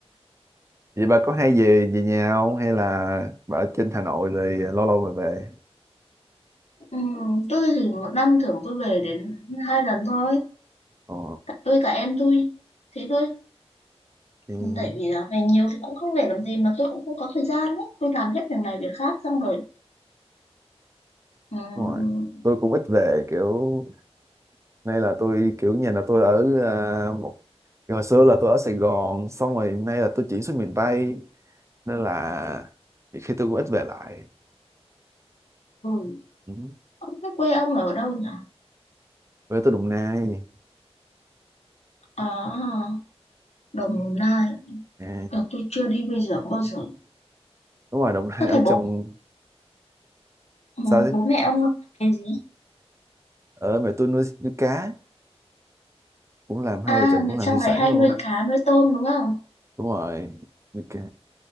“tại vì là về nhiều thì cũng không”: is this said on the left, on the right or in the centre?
Left